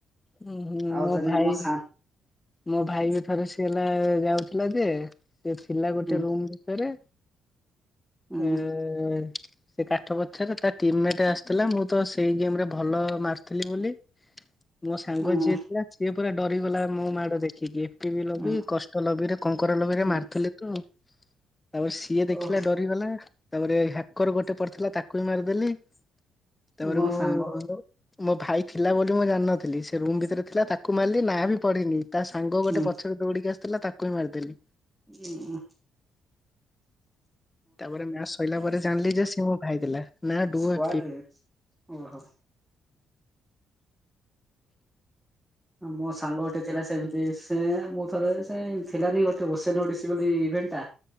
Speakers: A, on the left; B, in the centre.
A: ହୁଁ ହୁଁ
B: ଆଉ
A: ମୋ
B: ଥରେ
A: ଭାଇ
B: ସା
A: ମୋ ଭାଇ ବି ଥରେ ସିଏ ହେଲା ଯାଉଥିଲା ଯେ ସେ ଥିଲା ଗୋଟେ
B: ଉଁ
A: ରୁମ ଭିତରେ
B: ଉଁ
A: ଏ ଏ ସେ କାଠ ପଛରେ ତା ଟିମ ମେଟ ଆସିଥିଲା ମୁଁ ତ ସେଇ ଗେମ ରେ ଭଲ ମାରିଥିଲି ବୋଲି ମୋ ସାଙ୍ଗ
B: ଉଁ
A: ଯିଏ ଥିଲା ସିଏ ପୁରା ଡରିଗଲା ମୋ ମାକୁ <unintelligible>
B: ଉଁ
A: କଷ୍ଟ ଲବିରେ କଙ୍କରା ଲବିରେ
B: ଉଁ
A: ମାରୁଥିଲେ ତ। ତାପରେ ସିଏ ଦେଖିଲା
B: ଓ
A: ଡରିଗଲା ତାପରେ ହ୍ୟାକର ଗୋଟେ ପଡିଥିଲା ତାକୁ ବି ମାରିଦେଲି ତାପରେ
B: ମୋ
A: ମୁଁ
B: ସାଙ୍ଗ
A: ମୋ ଭାଇ ଥିଲା ବୋଲି ମୁଁ ଜାଣିନଥିଲି ସେ ରୁମ୍ ଭିତରେ ଥିଲା ତାକୁ ମାରିଲି ନାଁ ବି ପଢ଼ିନି ତା ସାଙ୍ଗ ଗୋଟେ
B: ଉଁ
A: ପଛରେ ଦୌଡ଼ିକି ଆସିଥିଲା ତାକୁ ବି ମାରିଦେଲି
B: ହୁଁ।
A: ତାପରେ ମା ଶୋଇଲା ପରେ ଜାଣିଲି ଯେ ସ <unintelligible> ମ ଭାଇ ଦେଲା ନାଡୁରେ
B: ସ୍କ୍ୱାଡରେ ଓହୋ। ଆଉ ମୋ ସାଙ୍ଗ ଗୋଟେ ଥିଲା ସେମିତି ସେ ସେ ମୁଁ ଥରେ ସେ ଥିଲାନି ଗୋଟେ ଓସେନ ଓଡିଶୀ ବୋଲି ଇଭେଣ୍ଟ ଟା